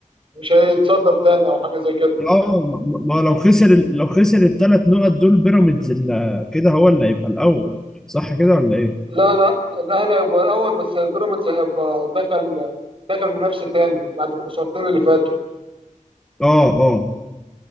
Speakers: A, on the right; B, in the centre.
A: مش هيتصدر تاني او حاجه زي كده
B: اه ما ما- ما لو خسر ال- لو خسر الثلاث نقط دول بيراميدز ال- كده هو اللي هيبقى الاول صح كده ولا ايه
A: لا لا الاهلي هيبقى الاول بس بيراميدز هيبقى دخل دخل منافسه تاني بعد الخسارتين اللي فاتوا
B: اه اه